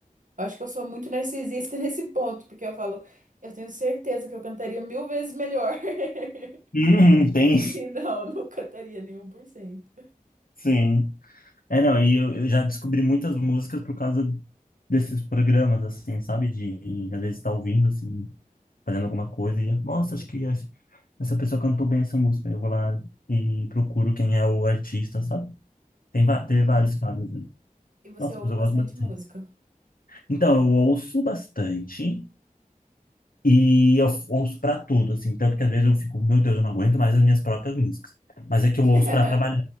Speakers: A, on the right; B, on the left.
A: acho que eu sou muito narcisista <laughs> nesse ponto, porque eu falo, eu tenho certeza que eu cantaria mil vezes melhor. <laughs>
B: Uhum, tem,
A: E não, não cantaria nenhum por cento.
B: sim. É, não, e eu, eu já descobri muitas músicas por causa desses programas, assim, sabe? De, às vezes, tá ouvindo, assim, fazendo alguma coisa e, nossa, acho que essa essa pessoa cantou bem essa música. Eu vou lá e procuro quem é o artista, sabe? Tem, va- teve
A: Uhum.
B: vários casos, né?
A: E você
B: Nossa,
A: ouve
B: mas eu
A: bastante
B: gosto bastante.
A: música.
B: Então, eu ouço bastante. E eu ouço pra tudo, assim. Tanto que às vezes eu fico, meu Deus, eu não aguento mais as minhas próprias músicas. Mas é que eu
A: <laughs>
B: ouço pra trabalhar,